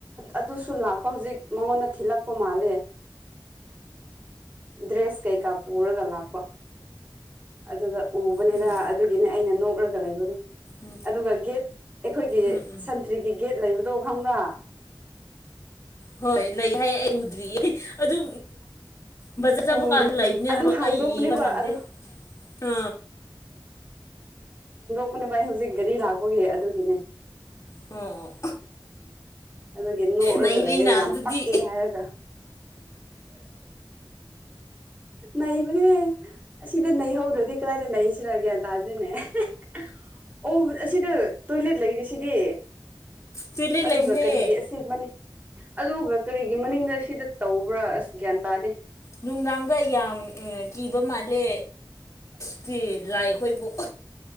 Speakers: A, on the right; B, on the left.
A: ꯑꯗꯨꯁꯨ ꯂꯥꯛꯄ ꯍꯧꯖꯤꯛ ꯃꯉꯣꯟꯗ ꯊꯤꯜꯂꯛꯄ ꯃꯥꯜꯂꯦ ꯗ꯭ꯔꯦꯁ ꯀꯩꯀꯥꯄꯔꯒ ꯂꯥꯛꯄ ꯑꯗꯨꯗ ꯎꯕꯅꯤꯗ
B: ꯎꯝ
A: ꯑꯗꯨꯒꯤꯅꯦ ꯑꯩꯅ ꯅꯣꯛ ꯑꯣꯔꯒꯔ ꯂꯩꯕ ꯑꯗꯨꯝ
B: ꯎꯝ
A: ꯑꯗꯨꯒ ꯒꯦꯠ ꯑꯩꯈꯣꯏꯒꯤ
B: ꯎꯝ ꯎꯝ
A: ꯁꯟꯇ꯭ꯔꯤꯒꯤ ꯒꯦꯠ ꯂꯩꯕꯗꯣ ꯈꯪꯕ꯭ꯔꯥ
B: ꯍꯣꯏ ꯂ ꯍꯥꯏ ꯌꯦ ꯑꯗꯨ ꯕꯖꯠ ꯆꯕ
A: ꯎꯗ꯭ꯔꯦ
B: ꯀꯥꯟꯁꯨ ꯂꯩꯕꯅꯦ
A: ꯑꯗꯨ
B: ꯍꯥꯏꯕ
A: ꯍꯥꯡꯗꯣꯛꯄꯅꯦꯕ
B: ꯑꯩꯕ ꯅꯪꯗꯦ
A: ꯑꯗꯨ
B: ꯑ
A: ꯅꯦ ꯚꯥꯏ ꯍꯧꯖꯤꯛ ꯒꯥꯔꯤ ꯂꯥꯛꯄꯒꯤ ꯑꯗꯨꯒꯤꯅꯦ
B: ꯑꯣ ꯑꯣ
A: ꯑꯗꯨꯒꯤ ꯅꯣꯛꯂꯒ
B: ꯅꯩꯔꯦꯅ
A: ꯂꯩꯔꯦ ꯌꯥꯝ
B: ꯑꯗꯨꯗꯤ
A: ꯄꯛꯑꯦ ꯍꯥꯏꯔꯒ ꯅꯩꯕꯅꯦ ꯑꯁꯤꯗ ꯅꯩꯍꯧꯗ꯭ꯔꯗꯤ ꯀꯗꯥꯏꯗ ꯅꯩꯁꯤꯨꯔꯒꯦ ꯇꯥꯗ꯭ꯣꯏꯅꯦ <inaudible> ꯑꯣ ꯑꯁꯤꯗ ꯇꯣꯏꯂꯦꯠ ꯂꯩꯔꯤꯁꯤ ꯐꯔꯤ
B: ꯇꯣꯏꯂꯦꯠ
A: ꯑꯗꯨꯒ
B: ꯂꯩꯕꯅꯦ
A: ꯀꯔꯤꯒꯤ ꯑꯁꯤꯅꯤ ꯑꯗꯨꯒ ꯀꯔꯤꯒꯤ ꯃꯅꯤꯡꯗ ꯁꯤꯗ ꯇꯧꯕ꯭ꯔꯥ ꯑꯁ ꯒ꯭ꯌꯥꯟ ꯇꯥꯗꯦ
B: ꯅꯨꯡꯗꯥꯡꯗ ꯌꯥꯝ ꯀꯤꯕ ꯃꯥꯜꯂꯦ ꯁꯤꯤ ꯂꯥꯏ ꯑꯩꯈꯣꯏꯕꯨ